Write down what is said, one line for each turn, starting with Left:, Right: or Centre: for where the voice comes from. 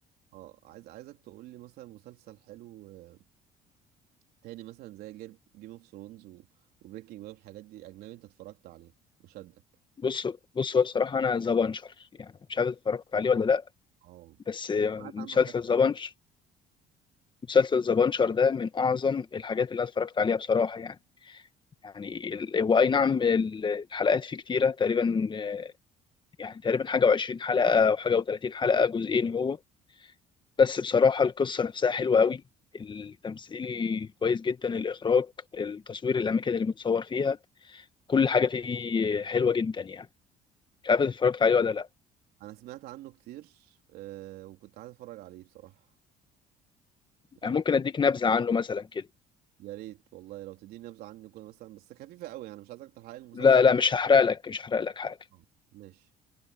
Right: اه عايز عايزك تقول لي مثلا مسلسل حلو آه، تاني مثلا زي جيم اوف ثرونز وبريكنج باد والحاجات دي اجنبي انت اتفرجت عليه وشدك
Left: بص بص هو بصراحه انا ذا بانشر يعني مش عارف اتفرجت عليه ولا لا
Right: اه
Left: بس
Right: بس سمعت
Left: مسلسل
Right: عنه حاجات كتير
Left: ذا بانش مسلسل ذا بانشر ده من اعظم الحاجات اللي انا اتفرجت عليها بصراحه يعني يعني ال- هو اي نعم ال- الحلقات فيه كتيره تقريبا يعني تقريبا حاجه و20 حلقه او حاجه و30 حلقه جزئين هو بس بصراحة القصة نفسها حلوة قوي التمثيل كويس جدا الإخراج التصوير الأماكن اللي متصور فيها كل حاجة فيه حلوة جدا يعني مش عارف إذا اتفرجت عليه ولا لأ
Right: انا سمعت عنه كتير آه، وكنت عايز اتفرج عليه بصراحه آه،
Left: أنا ممكن أديك نبذة عنه مثلا كده
Right: يا ريت والله لو تديني نبذه عنه كده مثلا بس خفيفه قوي يعني مش عايزك تحرق لي المسلسل
Left: لا لا مش هحرق لك مش هحرق لك حاجة
Right: آه، ماشي